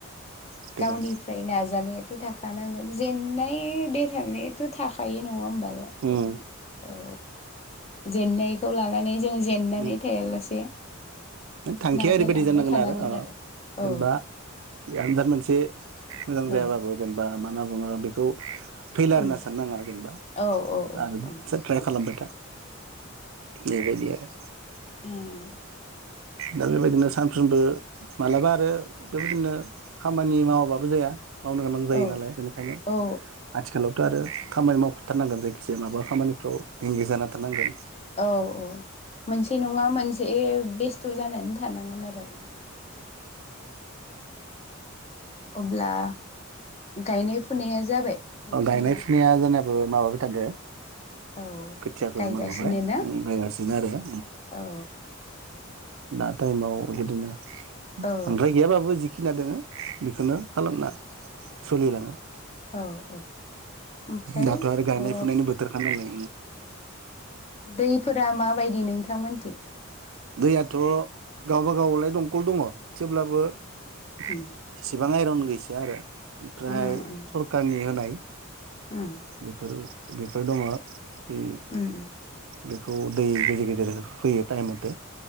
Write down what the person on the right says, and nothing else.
बिदिबा
उम
ओम
थांखिया
ओरैबायादि जानांगोन
आरो अ
जेनेबा आनजाद मोनसे मोजां
जायाबाबो जेनेबा मा होनना बुङो बेखौ फैलयार
होनना साननाङा जेनेबा
आरो
ट्राय खालामबाय था । बे बादि आरो <inaudible>
दा बेबायदिनो सानफ्रोमबो मालाबा आरो बेबायदिनो खामानि मावाबाबो जाया मावनो गोनां जायो
नालाय बेनिखायनो
आथिखालावथ' आरो खामानि मावथारनांगोन जायखिजाया माबा खामानिफ्राव एंगेज जाना थारनांगोन
अ गायनाय फुनाया जोंना ओ माबाबाय थादों
खोथियाखौ
माबाबाय
नायगासिनो आरो
दा टाइमाव बिदिनो ओमफ्राय
गैयाबाबो जि फिना दोङो बेखौनो खालामना सोलिलाङो
दाथ' आरो गायनाय
फुनायनि बोथोरखा नालाय
दैयाथ' गावबागावलाय दंखल दङ थेवब्लाबो इसिबां
आइरन गै या आरो ओमफ्राय
सरखारनि होनाय
बेफोर बेफोर दङ ए
बेखौ दै गेजेर गेजेर होफैयो टाइम मथे